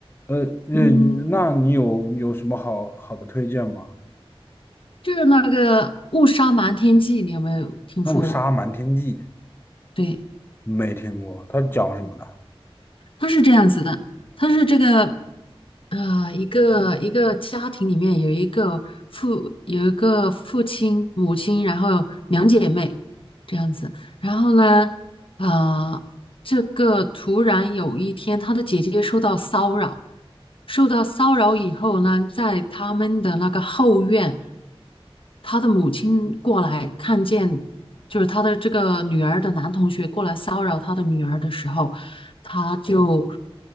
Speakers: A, on the left; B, on the left.
A: 呃，那那你有有什么好好的推荐吗？
B: 嗯，就是那个《误杀瞒天记》，你有没有听说？
A: 《误杀瞒天记》
B: 对，
A: 没听过，它讲什么的？
B: 它是这样子的，它是这个。呃，一个一个家庭里面有一个父有一个父亲、母亲，然后两姐妹这样子。然后呢，啊，这个突然有一天，她的姐姐受到骚扰，受到骚扰以后呢，在他们的那个后院，她的母亲过来看见，就是她的这个女儿的男同学过来骚扰她的女儿的时候。他就